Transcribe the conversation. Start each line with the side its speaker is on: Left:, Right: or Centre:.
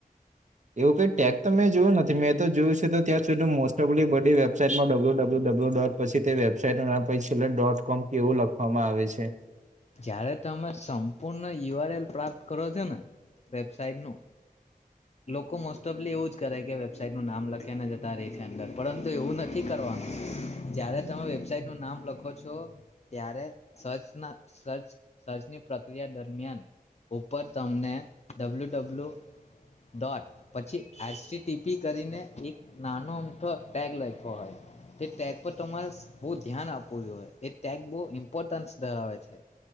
Right: એવું કઈ ટેગ તો મેં જોયું નથી મેં તો જોયું છે તો ત્યાં સુધી મોસ્ટ ઓફલી બધી વેબસાાઈટમાં ડબલ્યુ ડબલ્યુ ડબલ્યુ ડોટ પછી તે વેબસાાઈટ પલર ડોટ કોમ કેવું લખવામાં આવે છે.
Left: જયારે તમે સંપૂર્ણ યુ આર એલ પ્રાપ્ત કરો છો ને વેબસાાઈટ નુ લોકો મોસ્ટ ઓફલી એવું જ કરે કે વેબસાાઈટનું નામ લખ્યાને જતા રહે છે અંદર પરંતુ એવું નથી કરવાનું જ્યારે તમે વેબસાાઈટનું નામ લખો છો ત્યારે સર્ચના સર્ચની પ્રક્રિયા દરમિયાન ઉપર તમને ડબલ્યુ ડબલ્યુ ડોટ પછી એચ ટીપી કરીને એક નાનો અમથો ટેગ લખ્યો હોય તે ટેગ પર તમારે બહુ ધ્યાન આપવું જોય એ ટેગ બહ ઇમ્પોર્ટન્સ ધરાવે છે